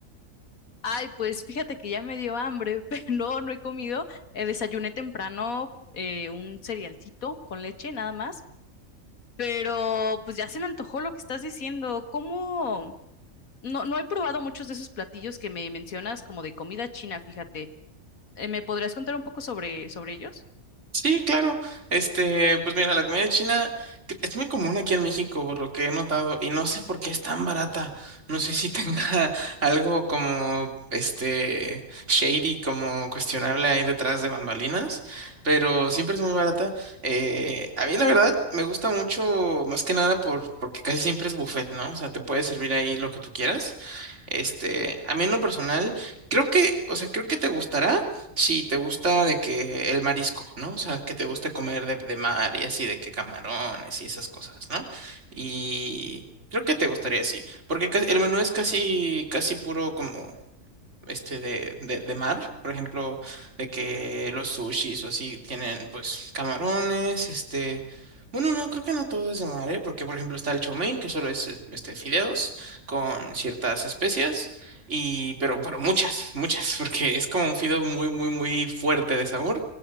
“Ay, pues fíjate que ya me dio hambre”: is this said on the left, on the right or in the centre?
Left